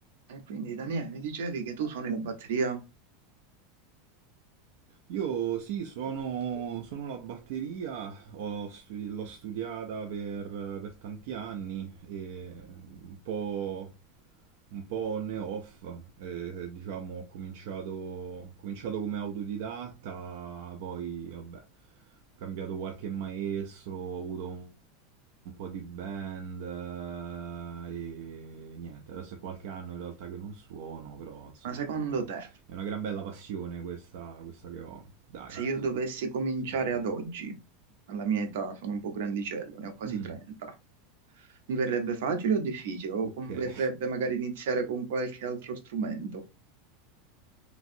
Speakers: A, on the right; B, on the right.
A: E quindi Daniele, mi dicevi che tu suoni la batteria,
B: Io sì, suono, suono la batteria, ho studi- l'ho studiata per, per tanti anni e un po', un po' on e off, eh, diciamo ho cominciato, ho cominciato come autodidatta, poi vabbè, ho cambiato qualche maestro, ho avuto un un po' di band eh, e niente, adesso è qualche anno in realtà che non suono, però insomma
A: ma secondo
B: è una,
A: te,
B: è una gran bella passione questa, questa che ho, dai,
A: se io
B: sì,
A: dovessi cominciare
B: secondo
A: ad
B: me.
A: oggi, alla mia età sono un po' grandicello, ne ho quasi
B: Mm,
A: 30, mi verrebbe facile o difficile? O
B: ok.
A: converrebbe
B: <laughs>
A: magari iniziare con qualche altro strumento?